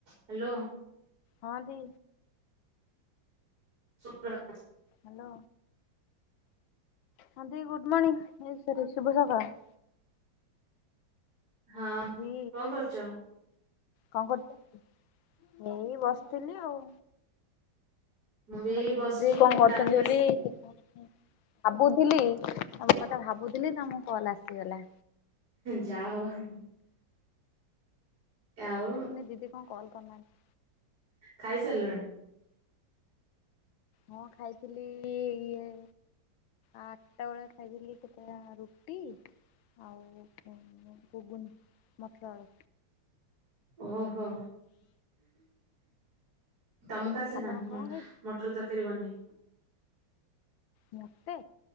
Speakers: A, on the right; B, on the left.
A: Hello.
B: ହଁ ଦି
A: ଶୁପ୍ରଭାତ।
B: ହେଲୋ ହଁ ଦି ଗୁଡମଣିିଂ ସରି ଶୁଭ ସକାଳ।
A: ହଁ
B: ଦି
A: କଣ କରୁଛ?
B: କଣ କରୁଚ ଏଇ ବସିଥିଲି ଆଉ।
A: ବି
B: ମୁଁ କଇଲି
A: ଏଇ ବସିଛି
B: ଦିଦି କଣ କରୁଛନ୍ତି
A: ଗାଧେଇ
B: ବୋଲି
A: ଆସି
B: ସେଥିପାଇଁ ଭାବୁଥିଲି ତମ କଥା ଭାବୁଥିଲି ତମ କଲ୍ ଆସିଗଲା।
A: ଯା ହେଉ। ଆଉ
B: ନା ଦିଦି କଣ କଲ୍ କରିନାହାନ୍ତି?
A: ଖାଇ ସାରିଲଣି?
B: ହଁ ଖାଇଥିଲି ଇଏ। ଆଠଟା ବେଳେ ଖାଇଥିଲି କେତେଟା ରୁଟି। ଆଉ ଘୁଗୁନି ମଟର ଆଳୁ।
A: <inaudible> ଓହୋ ତମକୁ ଆସେନା
B: ଆପଣ
A: ମ
B: କଣ
A: ଟର
B: ଖାଇ
A: ତରକାରୀ ବନେଇ।
B: ମତେ